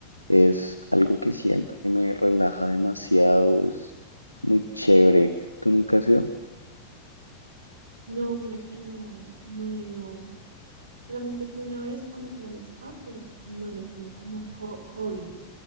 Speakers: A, on the right; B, on the right.
A: es algo que siento que me relaja demasiado, es muy chévere. ¿Tú nunca has ido?
B: No, mira que no, no he ido. Solamente fui una vez cuando fui al spa, pero no lo tomo como ho- hobby.